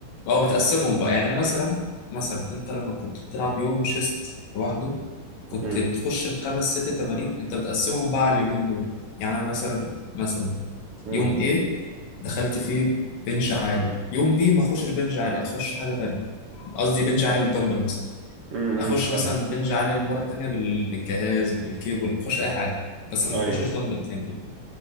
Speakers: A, on the left; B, on the right.
A: او بتقسمهم بقى يعني مثلا مثلا انت لما كنت بتلعب يوم شيست لوحده كنت
B: امم
A: تخش الخمس ست تمارين انت بتقسمهم بقى على اليومين دول يعني انا مثلا مثلا
B: امم
A: يوم A دخلت فيه بنش عالي يوم B ما اخشش بنش عالي اخش حاجه تانية قصدي بنش عالي بالدمبل مثلا
B: امم
A: اخش
B: فاهم
A: مثلا بنج عالي المره التانيه بال- بالجهاز بالكيبل اخش اي حاجه بس ما
B: ايوه
A: اخشش دمبل تاني